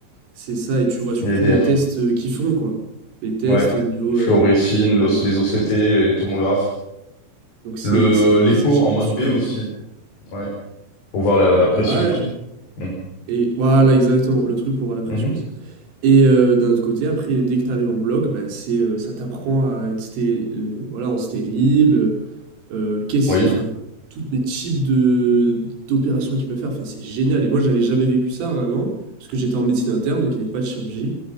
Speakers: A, on the right; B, on the left.
A: c'est ça, et tu vois surtout
B: Les DR.
A: les tests euh, qu'ils font, quoi. Les tests
B: Ouais.
A: au niveau,
B: Fluorescine,
A: euh, voilà,
B: l'os- les OCT, les tomographes.
A: donc c'est,
B: Le,
A: c'est, voilà,
B: l'écho
A: c'est
B: en mode
A: super
B: B
A: intéressant.
B: aussi. Ouais. Pour voir la, la
A: Voilà,
B: pression et tout. Mm.
A: et voilà, exactement, le truc pour avoir la pression
B: Mhm.
A: aussi. Et heu, d'un autre côté, après, dès que tu arrives en bloc, bah, c'est, heu, ça t'apprend à être sté heu, voilà, en stérile, heu, qu'est-ce
B: Oui.
A: enfin, tous les types de d'opérations qu'ils peuvent faire, enfin, c'est génial et moi, j'avais jamais vécu ça avant, parce que j'étais en médecine interne, donc il y avait pas de chirurgie